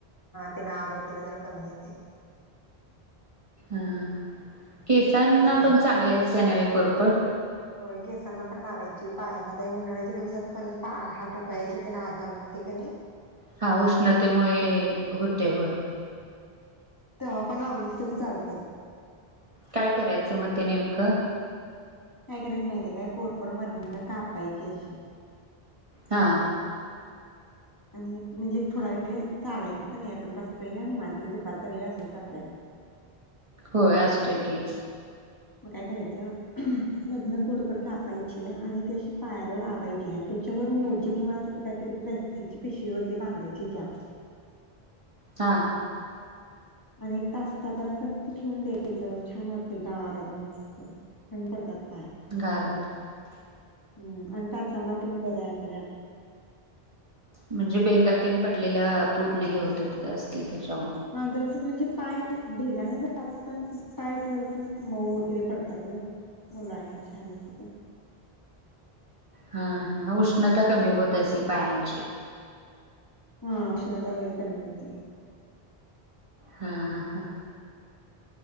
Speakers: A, on the left; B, on the right.
A: तेन अंघोळ केल्या तेला काय माहिती
B: हअ केसांना
A: माहितीय
B: पण चांगली आसतीया नव्हें कोरपड
A: होय केसांना पण लावायची पायाला व्हय उन्हाळ्याच्या दिवसात पण पा हात ता पायाची त्याला आग आग होते कणी
B: हा उष्णतेमुळे हे होते बर
A: तेव्हा पण लावलीस तरी चालतय
B: काय करायचं म ते नेमकं?
A: काय करायच माहितीये काय कोरपड मधनं कापायची अशी
B: हा
A: आणि क म्हणजे थोडा वेळ चालायचं नई आपण बस पहिला निवांतच दुपारचा वेळ आसलाच आपलाय
B: होय असतोय की
A: मग काय करायचं मधनं कोरपड कापायची आणि त्या अशी पायाला लावायची आणि त्याच्यावर मोजे किंवा अस काहीतरी प्लास्टिकची पिशवी वगैरे बांधायची जाम
B: हां
A: आणि <unintelligible> ठेऊन द्यायचं छान वाटतय गार अग मस्त थंड पडतात पाय
B: गार वाटतं
A: हम्म आणि टाचाना पण बरंय आपल्या
B: म्हणजे भेगा तेन पडलेल्या पूर्ण हे होत्यात असतील तशे
A: हां जरासं म्हणजे पाय भेगा नाही जात पण पाय असं जरास मऊ वगैरे पडतात गं, मुलायम छान अस् अ
B: हां-हां उश न त
A: असतात
B: कमी होत असेल पायांन चे
A: हो श्रद्धा वगैरे कमी होते
B: हां हां